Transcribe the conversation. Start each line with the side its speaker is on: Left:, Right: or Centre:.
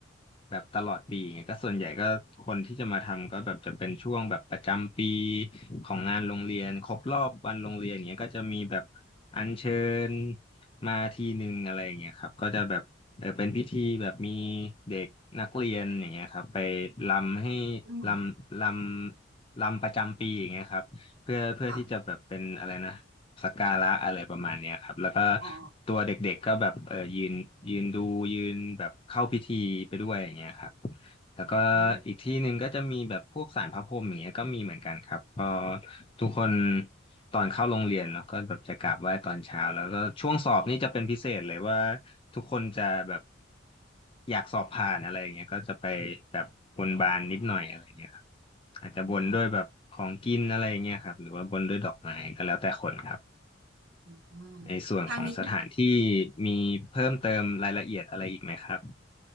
Left: แบบตลอดปีไงก็ส่วนใหญ่ก็คนที่จะมาทำก็แบบจะเป็นช่วงแบบประจำปีของงานโรงเรียนครบรอบวันโรงเรียนเนี้ยก็จะมีแบบอัญเชิญมาทีหนึ่งอะไรอย่างเงี้ยครับก็จะแบบเออเป็นพิธีแบบมีเด็กนักเรียนอย่างเงี้ยครับไปรำให้
Right: อืม
Left: รำรำรำประจำปีอย่างเงี้ยครับเพื่อเพื่อที่จะแบบเป็นอะไรนะ
Right: ค่ะ
Left: สักการะอะไรประมาณเนี้ยครับแล้วก็
Right: อ๋อ
Left: ตัวเด็กๆก็แบบเออยืนยืนดูยืนแบบเข้าพิธีไปด้วยอย่างเงี้ยครับแล้วก็
Right: อืม
Left: อีกที่หนึ่งก็จะมีแบบพวกศาลพระพรหมอย่างเงี้ยก็มีเหมือนกันครับพอทุกคนตอนเข้าโรงเรียนเนาะก็แบบจะกราบไหว้ตอนเช้าแล้วก็ช่วงสอบนี่จะเป็นพิเศษเลยว่าทุกคนจะแบบอยากสอบผ่านอะไรอย่างเงี้ยก็จะไปแบบบนบานนิดหน่อยอะไรอย่างเงี้ยครับอาจจะบนด้วยแบบของกินอะไรอย่างเงี้ยครับหรือว่าบนด้วยดอกไม้ก็แล้วแต่คนครับ
Right: อืมอืม
Left: ในส่วนของสถานที่
Right: ทางนี้
Left: มีเพิ่มเติมรายละเอียดอะไรอีกไหมครับ